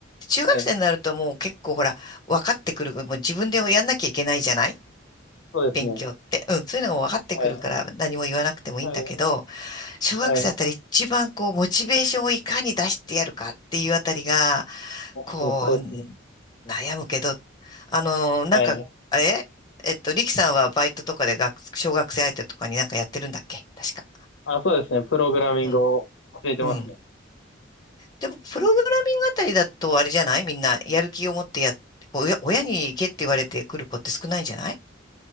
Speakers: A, on the left; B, on the left.
A: 中学生になるともう結構ほら、
B: はい、
A: 分かってくる。もう自分でやんなきゃいけないじゃない
B: そうですね。
A: 勉強って。うん、そういうのが分かってくるから何も言わなくてもいいんだけど、
B: はい、はい、
A: 小学生あたり一番こう、
B: はい、
A: モチベーションをいかに出してやるかっていうあたりが、
B: 確かにそうですね。
A: こう、悩むけど、あの、なんか、
B: はい。
A: あれえっと、リキさんはバイトとかで学、小学生相手とかになんかやってるんだっけ確か。
B: あ、そうですね。プログラミングを教えてますね。
A: うん。うん。でも、プログラミングあたりだとあれじゃないみんな、やる気を持ってやっ、こう親親に行けって言われてくる子って少ないんじゃない